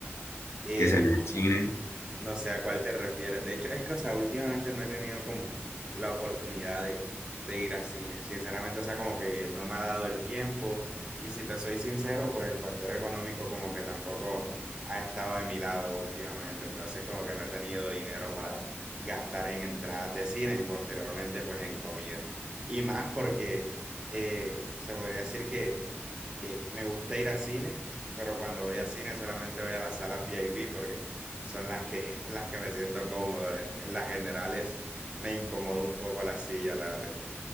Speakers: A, on the right; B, on the left.
A: eh,
B: que salió en cine.
A: no, no, No sé a cuál te refieres. De hecho, es que, o sea, últimamente no he tenido como la oportunidad de, de ir a cine. Sinceramente, o sea, como que no me ha dado el tiempo. Y si te soy sincero, pues el factor económico como que tampoco ha estado de mi lado últimamente. Entonces, como que no he tenido dinero para gastar en entradas de cine y posteriormente, pues en comida. Y más porque eh, se podría decir que, que me gusta ir a cine, pero cuando voy a cine solamente voy a las salas V I VIP porque son las que, las que me siento cómodo. En, en las generales me incomoda un poco la silla, la verdad.